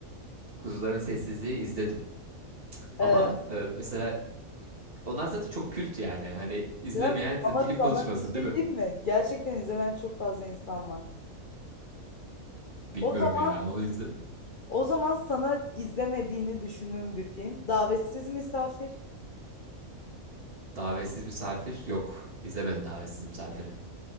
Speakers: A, on the right; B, on the left.
A: Kuzuların Sessizliği izledim.
B: e,
A: Ama bak e, mesela onlar zaten çok kült yani. Hani izlemeyen
B: Cem,
A: film
B: ama sana
A: konuşmasın
B: bir şey
A: değil mi?
B: diyeyim mi? Gerçekten izlemeyen çok fazla insan var.
A: Bilmiyorum
B: O zaman
A: ya onu izle.
B: O zaman sana izlemediğini düşündüğüm bir film. Davetsiz Misafir.
A: Davetsiz misafir yok. İzlemedim davetsiz misafiri.